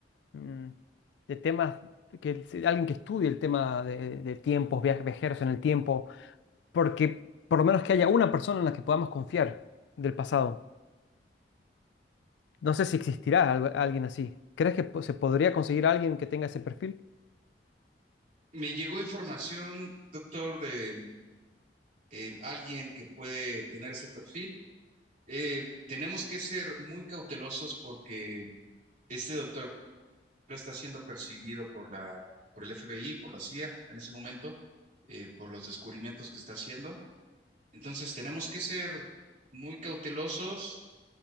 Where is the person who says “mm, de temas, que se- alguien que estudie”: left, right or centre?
Left